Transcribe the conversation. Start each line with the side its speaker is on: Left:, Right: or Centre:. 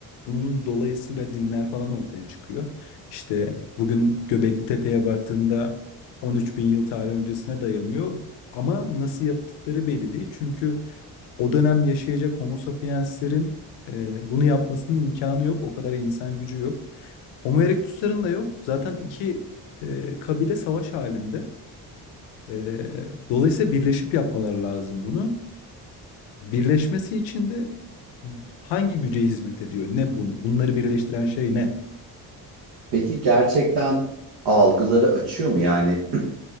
Left: Bunun dolayısıyla dinler falan ortaya çıkıyor. İşte bugün Göbekli Tepe'ye baktığında 13 bin yıl tarih öncesine dayanıyor. Ama nasıl yaptıkları belli değil. Çünkü o dönem yaşayacak Homo sapienslerin e, bunu yapmasının imkanı yok. O kadar insan gücü yok. Homo erectus'ların da yok. Zaten iki e, kabile savaş halinde. E, dolayısıyla birleşip yapmaları lazım bunu. Birleşmesi için de hangi güce hizmet ediyor? Ne bunu? Bunları birleştiren şey ne?
Right: peki gerçekten algıları açıyor mu yani?